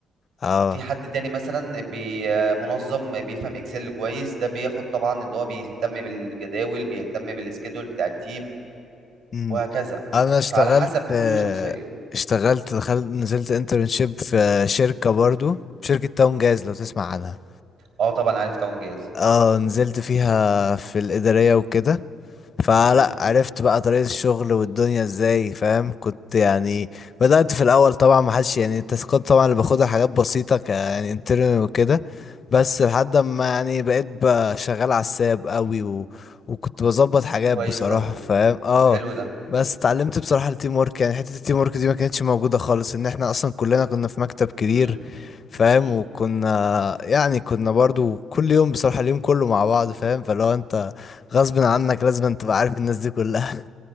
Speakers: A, on the left (about 45°); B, on the right (about 80°).
A: اه
B: في حد تاني مثلا بي- منظم بيفهم اكسل كويس ده بياخد طبعا ان هو بيهتم بالجداول بيهتم بالسكيدول بتاع التيم
A: امم
B: وهكذا
A: انا اشتغلت
B: فعلى حسب كل
A: آه،
B: شخصيه
A: اشتغلت دخلت نزلت انترنشيب في شركة برضو شركة تاون جاز لو تسمع عنها
B: اه طبعا عارف طبعا جاهز
A: اه نزلت فيها في الإدارية وكده فلا
B: امم
A: عرفت بقى طريقة الشغل والدنيا ازاي فاهم كنت يعني بدأت في الأول طبعا ما حدش يعني التاسكات طبعا اللي باخدها حاجات بسيطة ك يعني انترنال وكده بس لحد ما يعني بقيت بقى شغال على الساب قوي و... وكنت بظبط حاجات
B: كويس
A: بصراحة
B: ده
A: فاهم اه
B: حلو ده
A: بس اتعلمت بصراحة التيم ورك يعني حتة التيم ورك دي ما كانتش موجودة خالص ان احنا اصلا كلنا كنا في مكتب كبير
B: إمم،
A: فاهم
B: إمم،
A: وكنا يعني كنا برضو كل يوم بصراحة اليوم كله مع بعض فاهم فلو انت غصب عنك لازم تبقى عارف الناس دي كلها